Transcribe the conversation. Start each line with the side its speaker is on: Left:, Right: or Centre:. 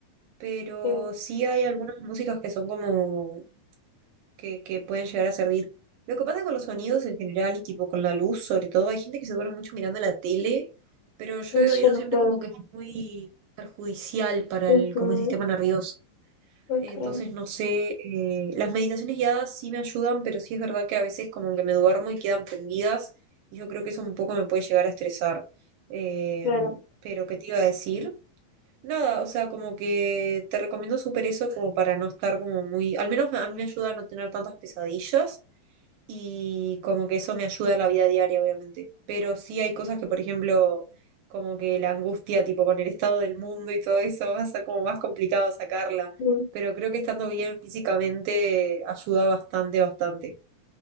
Right: pero
Left: eh,
Right: sí hay algunas músicas que son como que, que pueden llegar a servir. Lo que pasa con los sonidos en general y tipo con la luz, sobre todo, hay gente que se duerme mucho mirando la tele, pero yo
Left: no
Right: he
Left: sé,
Right: oído
Left: no
Right: siempre
Left: puedo.
Right: como que es muy perjudicial para el,
Left: Ujú,
Right: como el sistema nervioso.
Left: ok,
Right: Entonces, no sé, eh, las meditaciones guiadas sí me ayudan, pero sí es verdad que a veces como que me duermo y quedan prendidas y yo creo que eso un poco me puede llegar a estresar. Eh,
Left: claro.
Right: pero, ¿qué te iba a decir? Nada, o sea, como que te recomiendo súper eso como para no estar como muy, al menos a mí me ayuda a no tener tantas pesadillas y como que eso me ayuda en la vida diaria, obviamente. Pero sí hay cosas que, por ejemplo, como que la angustia, tipo con el estado del mundo y todo eso, <laughs> va a ser como más complicado sacarla.
Left: Mm,
Right: Pero creo que estando bien físicamente ayuda bastante, bastante.